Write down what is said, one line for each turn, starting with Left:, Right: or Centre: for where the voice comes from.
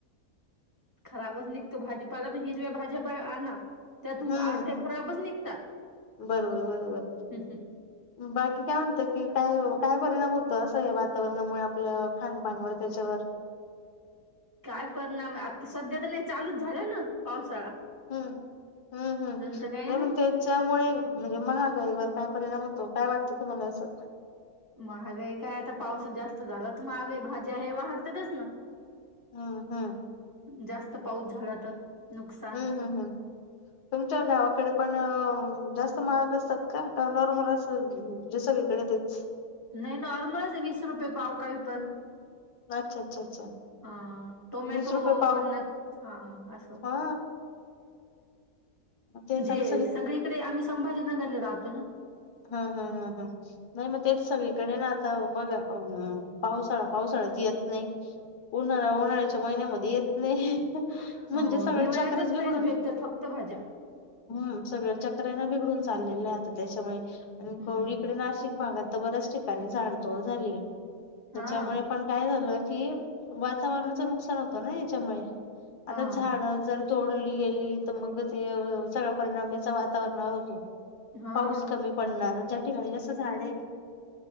Right: खराबच निघतो भाजीपाला पण हिरव्या भाज्या पण आणा त्यातून
Left: हम्म
Right: अर्धे खराबच निघतात
Left: बरोबर बरोबर
Right: हम्म हम्
Left: बाकी काय म्हणत की काय काय परिणाम होत असं या वातावरणामुळे आपल्या खानपानवर त्याच्यावर
Right: काय परणाम आता सध्या तर नाही चालूच झालं ना पाऊस
Left: हम्म हम्म हम्म,
Right: तर काही
Left: नाही पण त्याच्यामुळे म्हणजे महागाईवर काय परिणाम होतो काय वाटतं तुम्हाला असं
Right: महागाई काय आता पावस जास्त झाला तर महागाई भाजी आहे वाहरतातच ना
Left: हम हम्
Right: जास्त पाऊस झाला तर नुकसान
Left: हम्म हम्म हम्म तुमच्या गावाकडे पण अ जास्त महाग असतात का नॉर्मल असं जसं वेगळे तेच
Right: नाही नॉर्मलच आहे वीस रुपये पाव काही पण.
Left: अच्छा अच्छा अच्छा.
Right: हा टोमॅटो
Left: वीस रुपये पाव
Right: पन्नास हा असं
Left: हा ते झालं
Right: जे सगळीकडे आम्ही संभाजीनगरला राहतो ना
Left: हा हा हा हा नाही मग तेच सगळे कडे ना आता बघा अ पावसाळा पावसाळ्यात येत नाही उन्हाळा उन्हाळ्याच्या महिन्यामध्ये येत नाही. म्हणजे
Right: हो
Left: सगळ
Right: हिवाळ्यातच
Left: चक्रच बिघडून
Right: फ्रेश भेटतात फक्त भाज्या
Left: हम्म सगळं चक्रनं बिघडून चाललेलं आहे आता त्याच्यामुळे आणि
Right: हं.
Left: <unintelligible> नाशिक भागात तर बऱ्याच ठिकाणी झाडतोड झालीय.
Right: हां,
Left: त्याच्यामुळे पण काय झालं कि वातावरणाचं नुकसान होतं ना याच्यामुळे
Right: हां,
Left: आता झाड जर तोडली गेली तर मग ते सगळ्या परिणामचा वातावरणवर होतो
Right: हां.
Left: पाऊस कमी पडणार ठिकाणी जस झाडे